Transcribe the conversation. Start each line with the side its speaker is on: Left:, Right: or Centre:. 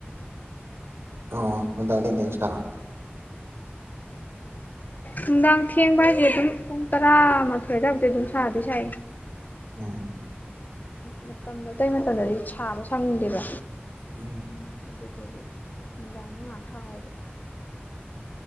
Right: ꯑꯣ ꯅꯨꯡꯗꯥꯡ ꯊꯦꯡ ꯊꯦꯡꯅ ꯁꯥꯅ
Left: ꯅꯨꯡꯗꯥꯡ ꯊꯦꯡꯕ ꯍꯥꯏꯁꯦ ꯑꯗꯨꯝ ꯄꯨꯡ ꯇꯔꯥꯃꯥꯊꯣꯏ ꯑꯗ꯭ꯋꯥꯢ ꯕꯧꯗꯤ ꯑꯗꯨꯝ ꯁꯥꯗꯤ ꯁꯥꯏ
Right: ꯑꯣ
Left: ꯃꯇꯝꯗꯣ ꯑꯇꯩ ꯃꯇꯝꯗꯗꯤ ꯁꯥꯕ ꯁꯪꯗꯦꯕ
Right: ꯎꯝ
Left: ꯑꯗꯨꯗꯒꯤ ꯅꯨꯡꯗꯥꯡꯗ ꯉꯍꯥꯛ ꯁꯥꯍꯧꯕ